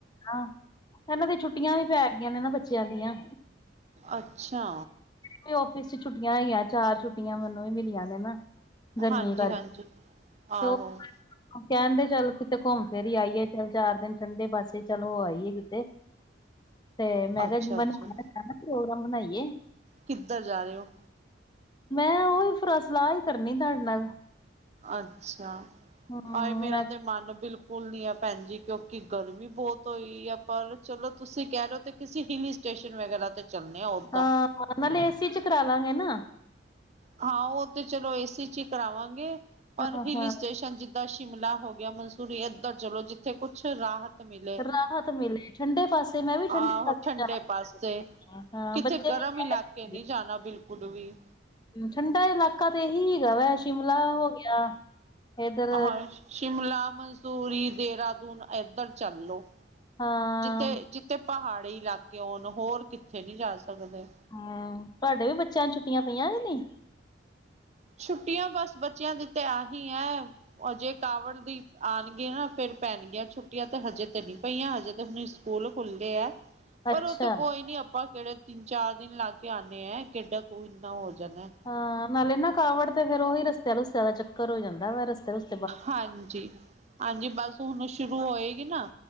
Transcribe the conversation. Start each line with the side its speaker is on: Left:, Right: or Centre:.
Left: ਹਾਂ ਐਨਾ ਦੀ ਛੁੱਟੀਆਂ ਵੀ ਪੈ ਗਈਆ ਨੇ ਨਾ ਬੱਚਿਆ ਦੀਆ।
Right: ਅੱਛਾ।
Left: ਕੇ ਔਫਿਸ ਚ ਛੁੱਟੀਆ ਹੈਈਆ ਚਾਰ ਛੁੱਟੀਆ ਮੈਨੂੰ ਵੀ ਮਿਲੀਆ ਨੇ ਨਾ। ਗਰਮੀ
Right: ਹਾਂਜੀ
Left: ਕਰ
Right: ਹਾਂਜੀ
Left: <inaudible>
Right: ਆਹੋ
Left: ਤੇ ਓ ਕੇਣਦੇ ਚੱਲ ਕਿਤੇ ਘੁੰਮ ਫਿਰ ਹੀ ਆਈਏ ਚੱਲ ਚਾਰ ਦਿਨ ਠੰਡੇ ਪਾਸੇ ਚੱਲ ਹੋ ਆਈਏ ਕਿ ਤੇ ਮੈਂ
Right: ਅੱਛਾ
Left: ਕਿਆ <inaudible>
Right: ਅੱਛਾ
Left: ਪ੍ਰੋਗਰਾਮ ਬਣਾਈਏ।
Right: ਕਿੱਧਰ ਜਾ ਰੇ ਹੋ?
Left: ਮੈਂ ਉਹੀ ਫਰ ਸਲਾਹ ਈ ਕਰਨੀ ਤੁਹਾਡੇ ਨਾਲ।
Right: ਅੱਛਾ,
Left: ਹਮ
Right: ਆਏ ਮੇਰਾ ਮਨ ਬਿਲਕੁਲ ਨੀ ਐ ਭੈਣ ਜੀ, ਕਿਉਂਕਿ ਗਰਮੀ ਬੋਤ ਹੋਈ ਐ। ਪਰ ਚਲੋ ਤੁਸੀਂ ਕੈ ਰੈ ਓ ਤੇ ਕਿਸੇ ਹਿਲੀ ਸਟੇਸ਼ਨ ਵਗੈਰਾ ਤੇ ਚੱਲਣੇ ਆਂ ਓਟ
Left: ਹਾਂ ਨਾਲੇ ਏਸੀ 'ਚ ਕਰਾਲਾਂ ਗੇ ਨਾ।
Right: ਹਾਂ ਓ ਤੇ ਚਲੋ ਏ ਸੀ 'ਚ ਈ ਕਰਾਵਾਂਗੇ, ਪਰ
Left: ਹਾਂ
Right: ਹਿਲੀ
Left: ਹਾਂ
Right: ਸਟੇਸ਼ਨ ਜਿੱਦਾ ਜਿੱਦਾ ਸ਼ਿਮਲਾ ਹੋ ਗਿਆ, ਮਨਸੂਰੀ ਏਧਰ ਚਲੋ ਜਿੱਥੇ ਕੁੱਛ ਰਾਹਤ ਮਿਲੇ।
Left: ਰਾਹਤ ਮਿਲੇ। ਠੰਡੇ ਪਾਸੇ ਮੈਂ ਵੀ ਠੰਡੇ
Right: ਆਹੋ
Left: ਪਾਸੇ
Right: ਠੰਡੇ
Left: ਜਾ
Right: ਪਾਸੇ।
Left: ਹਾਂ
Right: ਕਿਥੇ
Left: ਬੱਚੇ
Right: ਗਰਮ
Left: ਵੀ ਕਹਿ
Right: ਇਲਾਕੇ
Left: ਰਹੇ
Right: ਨੀ ਜਾਣਾ ਬਿਲਕੁਲ ਵੀ।
Left: ਠੰਡਾ ਇਲਾਕਾ ਤੇ ਏਹੀ ਹੈਗਾ ਵੈ ਸ਼ਿਮਲਾ ਹੋ ਗਿਆ। ਇਧਰ
Right: ਆਹ ਸ਼ਿਮਲਾ, ਮਸੂਰੀ, ਦੇਹਰਾਦੂਨ ਏਧਰ ਚੱਲ ਲੋ।
Left: ਹਾਂ
Right: ਜਿੱਥੇ ਜਿੱਥੇ ਪਹਾੜੀ ਇਲਾਕੇ ਹੋਣ, ਹੋਰ ਕਿੱਥੇ ਨੀ ਜਾ ਸਕਦੇ।
Left: ਹਾਂ ਤੁਆਡੇ ਵੀ ਬੱਚਿਆਂ ਨੂੰ ਛੁੱਟੀਆਂ ਪਈਆਂ ਕੇ ਨਈ।
Right: ਛੁੱਟੀਆਂ ਬਸ ਬੱਚਿਆਂ ਦੀ ਤੇ ਆਹੀਂ ਐਂ। ਹਜੇ ਕਾਵੜ ਦੀ ਆਣਗੀਆ ਨਾ ਫੇਰ ਪੈਣ ਗੀਆਂ ਛੁੱਟੀਆਂ, ਤੇ ਹਜੇ ਤੇ ਨਈ ਪਈਆਂ ਹਜੇ ਤੇ ਹੁਣ ਸਕੂਲ ਖੁੱਲ੍ਹੇ ਐ।
Left: ਅੱਛਾ
Right: ਪਰ ਓ ਤਾਂ ਕੋਈ ਨੀ ਆਪਾਂ ਕੇੜੇ ਤਿੰਨ ਚਾਰ ਦਿਨ ਲਾ ਕੇ ਆਨੇ ਐ, ਕਿੱਡਾ ਕੁ ਇੰਨਾ ਹੋ ਜਨਾ।
Left: ਹਾਂ ਨਾਲੇ ਨਾ ਕਾਵੜ ਤੇ ਫੇਰ ਓਹੀ ਰਸਤੇ ਰੁੱਸਤਿਆ ਦਾ ਚੱਕਰ ਹੋ ਜਾਂਦਾ ਵਰ। ਰਸਤੇ ਰੁਸਤੋ
Right: ਹਾਂਜੀ, ਹਾਂਜੀ ਬਸ ਹੁਣ ਓ ਸ਼ੁਰੂ ਹੋਏਗੀ ਨਾ